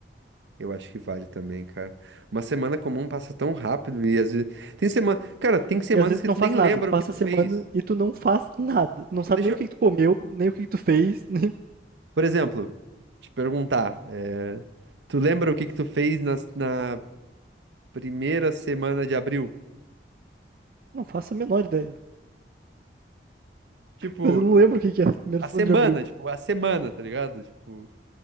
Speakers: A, on the right (about 80°); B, on the right (about 50°).
A: Eu acho que vale também, cara. Uma semana comum passa tão rápido e às vezes tem semana, cara, tem semanas
B: E às vezes
A: que
B: tu
A: tu
B: não faz
A: nem
B: nada,
A: lembra
B: tu passa
A: o que tu
B: a
A: fez.
B: semana e tu não faz nada.
A: Tipo,
B: Não
A: tipo,
B: sabe
A: deixa,
B: nem
A: eu-
B: o que que tu comeu, nem o que que tu fez, <laughs> nem.
A: por exemplo, te perguntar, é, tu lembra o que que tu fez na, na primeira semana de abril?
B: Não faço a menor ideia.
A: Tipo,
B: Mas eu não lembro o que que é a primeira
A: a
B: semana
A: semana,
B: de abril.
A: tipo, a semana, tá ligado? Tipo